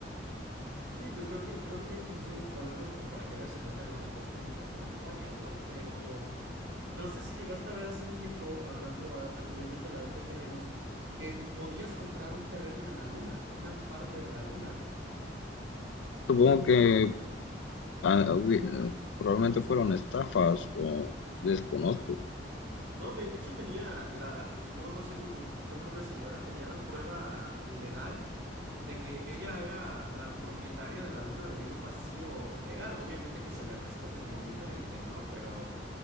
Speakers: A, on the right (about 85°); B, on the left (about 80°).
A: Sí, pues creo que, creo que tienen suficientes problemas como para quererse meter en una cuestión interplanetaria, ¿no? Pero no sé si llegaste a ver hace un tiempo, hablando a- anteriormente de la venta de terrenos, que podías comprar un terreno en la luna, una parte de la luna.
B: Supongo que ah, hubi- eh, probablemente fueron estafas o desconozco.
A: No, de hecho tenía la, no me acuerdo si era un- creo que era una señora, tenía la prueba legal de que ella era la propietaria de la luna debido a un vacío legal. Obviamente que se le respete es muy diferente, ¿no? Pero...